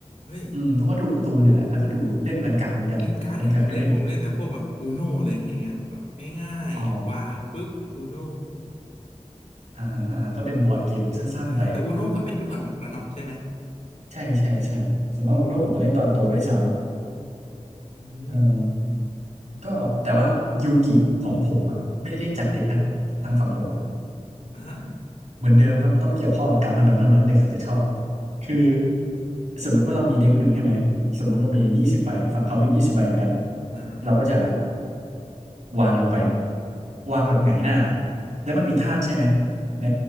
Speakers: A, on the left; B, on the right.
A: เฮ้ย
B: อืมเพราะว่าดูการ์ตูนเนี่ยแหละแล้วก็ดูเล่นแวนการ์ดเหมือนกันแวนการ์ดก็เล่น
A: เกมการ์ดที่ผมเล่นผมเล่นแต่พวกแบบอูโนเลยอย่างเงี้ยแบบง่ายๆวางปุ๊บอูโน
B: อ๋ออ่าฮะอ่าฮะก็เป็นบอร์ดเกมสั้นๆไป
A: ใช่แต่อูโนก็เป็นยุคหลังๆแล้วเนาะใช่ไหม
B: ใช่ใช่ใช่ส่วนมากอูโน่ผมมาเล่นตอนโตด้วยซ้ำอ่ะ
A: อืม
B: เออก็แต่ว่ายูกิของผมอ่ะไม่ได้เล่นจากเด็กนะทางฝั่งผมอ่ะ
A: อ่ะฮะ
B: เหมือนเดิมครับต้องเกี่ยวข้องกับการพนันเท่านั้นเด็กถึงจะชอบคือสมมุติว่าเรามีเด็กหนึ่งใช่ไหมสมมุติเรามียี่สิบใบฝั่งเขามียี่สิบใบเหมือนกัน
A: อ่า
B: เราก็จะวางลงไปวางแบบหงายหน้าแล้วมันมีธาตุใช่ไหมใน